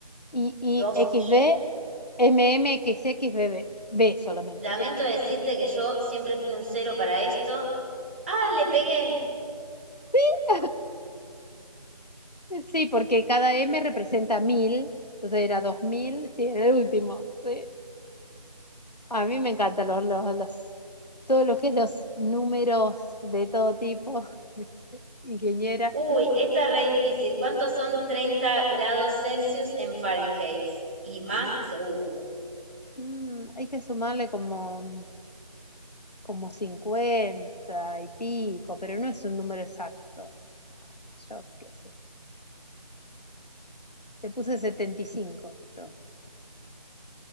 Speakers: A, on the left; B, on the right.
A: y y
B: dos
A: x
B: i
A: b m m x x B b b solamente.
B: Lamento
A: es.
B: decirte que yo siempre fui un cero para esto. ¡Ah, le pegué!
A: <laughs> Sí, porque cada M representa mil, entonces era dos mil, sí, era el último. sí. A mí me encantan los, los, los- todo lo que es los números de todo tipo, <laughs> ingeniera.
B: Uy, esta es re difícil. ¿Cuántos son 30 grados Celsius en Fahrenheit? Y más seguro.
A: Mm, hay que sumarle como, como 50 y pico, pero no es un número exacto. Yo qué sé. Te puse 75 yo.